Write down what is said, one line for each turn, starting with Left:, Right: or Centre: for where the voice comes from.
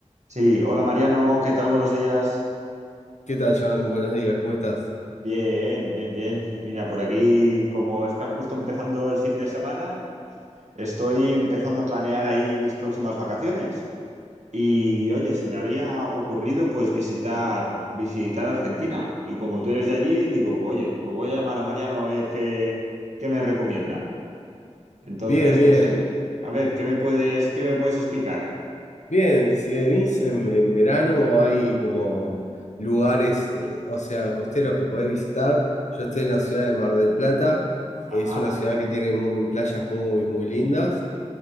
Right: Sí, hola Mariano, ¿qué tal? Buenos días.
Left: ¿Qué tal, Jan? Buenos días, ¿cómo estás?
Right: Bien, bien, bien. Mira, por aquí, como está justo empezando el fin de semana, estoy empezando a planear ahí mis próximas vacaciones. Y oye, se me había ocurrido pues visitar, visitar Argentina. Y como tú eres de allí, digo, oye, pues voy a llamar a Mariano a ver qué, qué me recomienda. Entonces,
Left: Bien, bien.
Right: no sé, a ver, ¿qué me puedes, qué me puedes explicar?
Left: Bien, si venís en, en verano hay como lugares, eh, o sea, costeros que podés visitar. Yo estoy en la ciudad de Mar del Plata.
Right: Ajá.
Left: Es una ciudad que tiene muy- playas muy, muy lindas.